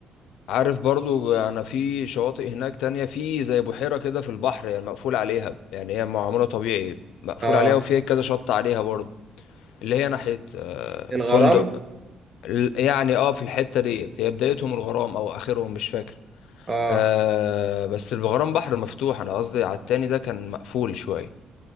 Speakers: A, on the left; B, on the right.
A: عارف برضو انا في شواطئ هناك تانية في زي بحيرة كده في البحر يعني مقفول عليها يعني هي معمولة طبيعي مقفول
B: اه
A: عليها وفيها كذا شط عليها برضو اللي هي ناحية آه،
B: الغرام
A: فندق ال- يعني اه في الحتة ديت هي بدايتهم الغرام او اخرهم مش فاكر
B: اه
A: آه بس الغرام بحر مفتوح انا قصدي على التاني ده كان مقفول شوية